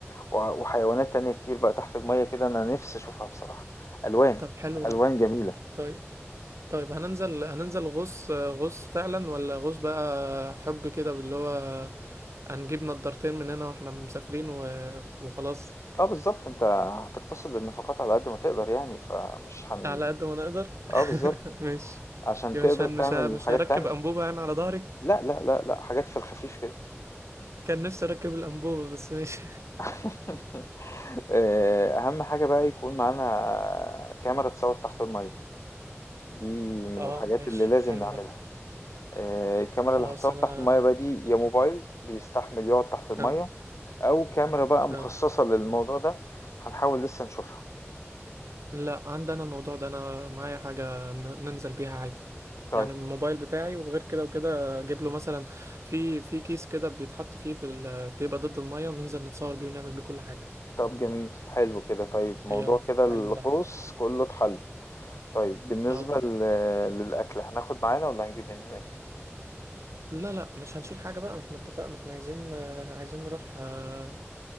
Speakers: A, on the left; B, on the right.
A: و... وحيوانات تانية كتير بقى تحت المية كده انا نفسي اشوفها بصراحة الوان
B: طب حلو ده
A: الوان جميلة
B: طيب طيب هننزل هننزل غوص غوص فعلا ولا غوص بقى حب كده باللي هو هنجيب نضارتين من هنا واحنا مسافرين و... وخلاص
A: اه بالظبط انت هتقتصد النفقات على قد ما تقدر يعني فمش هن
B: على قد ما نقدر <laughs>
A: اه بالظبط
B: ماشي
A: عشان
B: يا
A: تقدر
B: مش هن...
A: تعمل
B: مش ه... مش
A: حاجات
B: هركب
A: تانية
B: انبوبة انا على ظهري
A: لا لا لا لا حاجات في الخفيف كده
B: كان نفسي اركب الانبوبة بس ماشي
A: <laughs> آآ، أهم حاجة بقى يكون معانا كاميرا تصوّر تحت المَيّة، دي
B: <laughs>
A: من
B: اه
A: الحاجات
B: ماشي
A: اللي لازم
B: حلو
A: نعملها.
B: ده
A: آآ، الكاميرا
B: خلاص
A: اللي هتصوّر
B: انا
A: تحت المَيّة بقى دي يا موبايل بيستحمل يقعد
B: <laughs>
A: تحت المَيّة،
B: اه
A: أو كاميرا بقى مخصّصة
B: اه
A: للموضوع ده، هنحاول لسه نشوفها.
B: لا عندي انا الموضوع ده انا معايا حاجه ن- ننزل بيها عادي
A: طيب،
B: يعني الموبايل بتاعي وغير كده وكده اجيب له مثلا في في كيس كده بيتحط فيه في ال... بيبقى ضد الميه وننزل نتصور بيه ونعمل بيه كل حاجه
A: طب جميل، حلو كده، طيب موضوع
B: يلا
A: كده الغوص
B: حلو ده
A: كُلّه اتحَل. طيب بالنسبة
B: اه
A: ل للأكل هناخد معانا والّا هنجيب من هناك؟
B: لا لا مش هنشيل حاجه بقى احنا اتفقنا احنا عايزين آه، عايزين نروح آه،